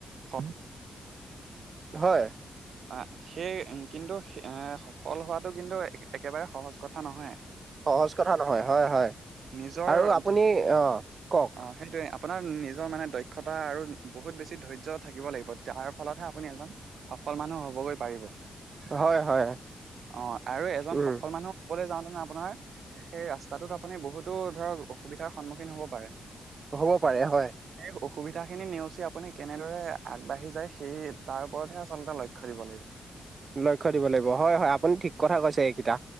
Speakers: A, on the right (about 70°); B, on the right (about 50°).
A: ক্ষণ!
B: হয়।
A: এ সেই কিন্তু সে-সফল হোৱাটো কিন্তু, এ-একেবাৰে সহজ কথা নহয়।
B: সহজ কথা নহয়। হয়, হয়
A: নিজৰ
B: আৰু আপুনি অ' কওক
A: অ সেইটোৱে আপোনাৰ নিজৰ মানে দক্ষতা আৰু বহুত বেছি ধৈৰ্য থাকিব লাগিব। তাৰ ফলত হে আপুনি এজন সফল মানুহ হ'বগৈ পাৰিব।
B: হয়, হয়,
A: অ' আৰু এজন
B: উম,
A: সফল মানুহ অকলে যাওঁতেনে আপোনাৰ সেই ৰাস্তাটোত আপুনি বহুতো ধৰক, অসুবিধাৰ সন্মুখীন হ'ব পাৰে।
B: হ'ব পাৰে হয়।
A: সেই অসুবিধা খিনি নেওচি আপুনি কেনেদৰে আগবাঢ়ি যায়, সেই তাৰ ওপৰতহে আচ চলতে লক্ষ্য দিব লাগিব।
B: লক্ষ্য দিব লাগিব, হয় হয় আপুনি ঠিক কথা কৈছে এইকেইটা।